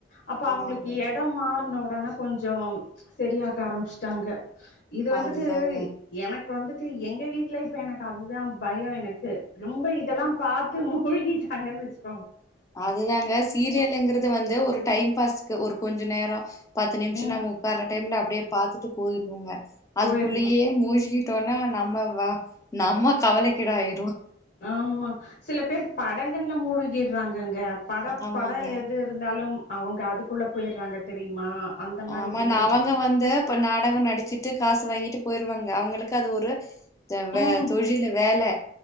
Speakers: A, on the left (about 55°); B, on the left (about 15°).
A: அப்ப அவுங்குளுக்கு
B: ஆமாங்க
A: எடோ மார்ன வொட் ஆனா கொஞ்சோ சரியாக ஆரம்பிச்டாங்க இத வந்துட்டு
B: அதுதாங்க
A: எனக்கு வந்து எங்க வீட்ல இப்ப எனக்கு அதுதா பயோ எனக்கு ரொம்ப இதெல்லா பாத்து மு முழுகிட்டாங்கன்னு வெச்சிக்கோ
B: அதுதாங்க சீரியலங்கிறது வந்து ஒரு டைம் பாஸ் ஒரு கொஞ்சோ நேரோ பத்து நிமிஷோ
A: ம்
B: நம்ம உக்கார்ற டைம்ல அப்டியே பார்த்துட்டு போயிருந்துங்க அதுக்குள்ளயே
A: போயிரணு
B: மூழ்கிட்டு ட்டோனா நம்ம நம்ம கவலை கிடோ ஆயிடுவோ
A: ஆமா சில பேர் படங்கள் மூழ்கிடுறாங்கங்க படம்
B: ஆமாங்க
A: படோ எது இருந்தாலு அவங்க அதுக்குள்ள போயடுறாங்க தெரியுமா அந்த மாரி
B: ஆமா
A: ஒண்ணு
B: ஆனா அவுங்க
A: இருக்கு
B: வந்து இப்ப நாடகம் நடிச்சிட்டு காசு வாங்கிட்டு போயிருவாங்க அவுங்குளுக்கு அது ஒரு த வே
A: ம்
B: தொழிலு வேல